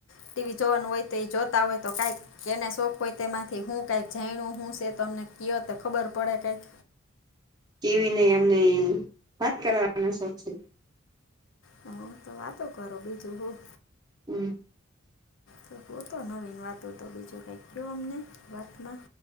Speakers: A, on the left; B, on the right.
A: ટીવી જોવાનું હોય તે જોતા હોય તો કંઈ કેને શોખ હોય તેમાંથી હું કઈક જાણવા હું છે તમને કીયો તો ખબર પડે કઈક.
B: ટીવી ને અમને વાત કરવાનો શોખ છે.
A: હા તો વાતો કરો બીજું હું.
B: હમમ.
A: તો ગોતો નવીન વાતો તો બીજું કંઈક કેવો અમને. વાત માં